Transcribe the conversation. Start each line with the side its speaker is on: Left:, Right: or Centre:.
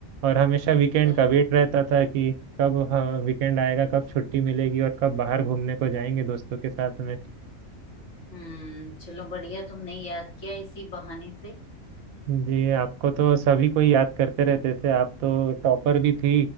Right: और हमेशा वीकेंड
Left: च-
Right: का वेट रहता था कि कब वीकेंड आएगा कब छुट्टी मिलेगी और कब बाहर घूमने को जाएंगे दोस्तों के साथ में
Left: हम्म चलो बढ़िया तुमने याद किया इसी बहाने से
Right: जी आपको तो सभी को याद करते रहते थे आप तो टॉपर भी थी